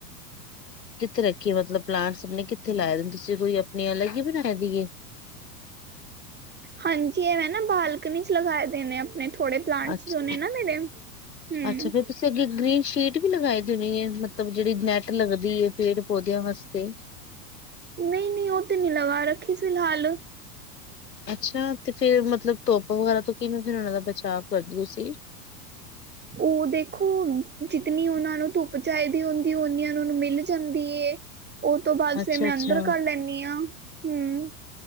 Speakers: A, on the left; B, on the right.
A: ਕਿੱਥੇ ਰੱਖੀਏ ਮਤਲਬ ਪਲਾਂਟਸ ਅਪਣੇ, ਕਿੱਥੇ ਲਾਏ ਦੇ ਨੇ ਤੁਸੀਂ? ਕੋਈ ਅਪਣੀ ਅਲਗ ਈ ਬਣਾਏ ਦੀਏ?
B: ਹਾਂਜੀ ਏਹਵੇਂ ਨਾ ਬਾਲ ਕਨੀ ਚ ਲਗਾਏ ਦੇ ਨੇ, ਅਪਣੇ ਥੋੜੇ ਪਲਾਂਟਸ
A: ਅੱਛ
B: ਜੋ ਨੇ ਨਾ ਮੇਰੇ, ਹੂੰ।
A: ਅੱਛਾ ਫੇਰ ਤੁਸੀਂ ਅੱਗੇ ਗ੍ਰੀਨ ਸ਼ੀਟ ਵੀ ਲਗਾਈ ਦੀ ਹੋਣੀ ਏ, ਮਤਲਬ ਜੇਹੜੀ ਨੈੱਟ ਲੱਗਦੀ ਏ, ਪੇੜ ਪੌਦਿਆਂ ਵਾਸਤੇ?
B: ਨਈ-ਨਈ, ਔਹ ਤੇ ਨਈ ਲਗਾ ਰੱਖੀ ਫਿਲਹਾਲ।
A: ਅੱਛਾ, ਤੇ ਫੇਰ ਮਤਲਬ ਤੋਪ ਵਗੈਰਾ ਤੋਂ ਕਿਵੇਂ ਫਿਰ ਉਹਨਾਂ ਦਾ ਬਚਾਵ ਕਰਦੇ ਤੂਸੀਂ?
B: ਔਹ ਦੇਖੋ, ਜਿਤਨੀ ਉਹਨਾਂ ਨੂੰ ਤੁੱਪ ਚਾਈਦੀ ਹੁੰਦੀ, ਉਓਨੀ ਉਹਨਾਂ ਨੂੰ ਮਿਲ ਜਾਂਦੀ ਏ। ਔਹ ਤੋਂ ਬਾਅਦ
A: ਅੱਛਾ
B: ਫਿਰ ਮੈਂ
A: ਅੱਛਾ
B: ਅੰਦਰ ਕਰ ਲੈਂਣੀ ਆ। ਹੂੰ।